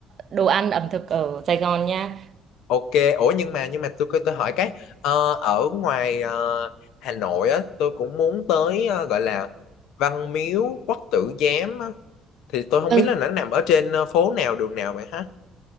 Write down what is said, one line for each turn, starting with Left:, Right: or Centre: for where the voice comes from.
Right: đồ ăn ẩm thực ở Sài Gòn nha.
Left: ok, ủa nhưng mà nhưng mà tôi tôi hỏi cái ờ, ở ngoài ờ, Hà Nội á tôi cũng muốn tới ờ, gọi là Văn Miếu Quốc Tử Giám á. Thì tôi không
Right: Ừ,
Left: biết là nó nằm ở trên ờ, phố nào đường nào vậy hả?